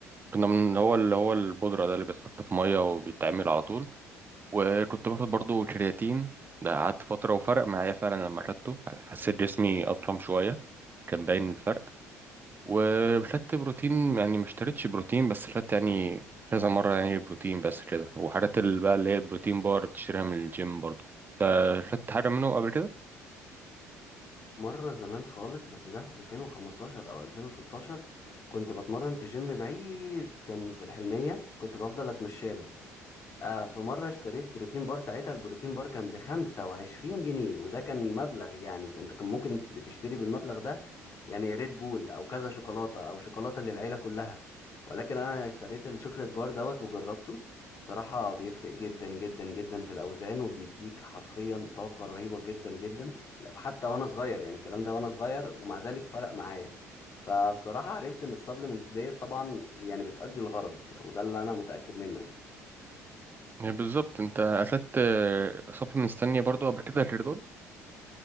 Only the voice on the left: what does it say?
مرة زمان خالص بس ده في 2015 أو 2016 كنت بتمرن في جيم بعيد كان في الحلمية كنت بفضل أتمشاله آه في مرة اشتريت بروتين بار ساعتها البروتين بار كان بخمسة وعشرين جنيه وده كان مبلغ يعني ده انت كان ممكن بتشتري بالمبلغ ده يعني ريد بول او كذا شوكولاتة او شوكولاتة للعيلة كلها ولكن انا اشتريت الشوكليت بار دوت وجربته بصراحة بيفرق جدا جدا جدا في الأوزان وبيديك حرفيا طاقة رهيبة جدا جدا لا، حتى وأنا صغير يعني الكلام ده وأنا صغير ومع ذلك فرق معايا فبصراحة عرفت إن السبلمنتس ديت طبعا يعني بتأدي الغرض وده اللي أنا متأكد منه يعني